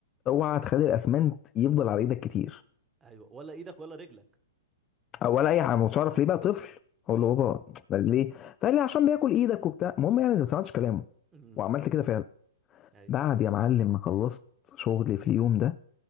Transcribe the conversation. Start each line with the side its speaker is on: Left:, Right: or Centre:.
Left: اوعى تخلي الاسمنت يفضل على ايدك كتير
Right: ايوه ولا ايدك ولا رجلك
Left: ولا اي حاجه ما كنتش اعرف ليه بقى طفل اقول
Right: اه
Left: له بابا بل ليه فقال لي عشان بياكل ايدك وبتاع المهم يعني ما سمعتش كلامه
Right: امم
Left: وعملت كده فعلا
Right: ايوه
Left: بعد يا معلم ما خلصت شغلي في اليوم ده